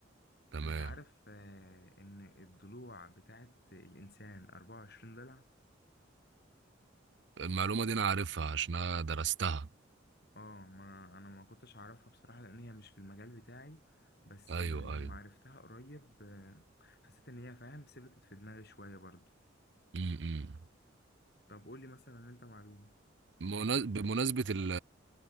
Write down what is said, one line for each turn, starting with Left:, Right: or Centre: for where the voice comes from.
Right: تمام
Left: انت عارف آه، ان الضلوع بتاعت الانسان 24 ضلع
Right: المعلومة دي انا عارفها عشان انا درستها
Left: اه ما انا ما كنتش اعرفها بصراحة لان هي مش في المجال بتاعي بس
Right: ايوه
Left: آه، لما
Right: ايوه
Left: عرفتها قريب آه، حسيت ان هي فاهم ثبتت في دماغي شوية برضو
Right: امم
Left: طب قول لي مثلا انت معلومة
Right: بمناس- بمناسبة ال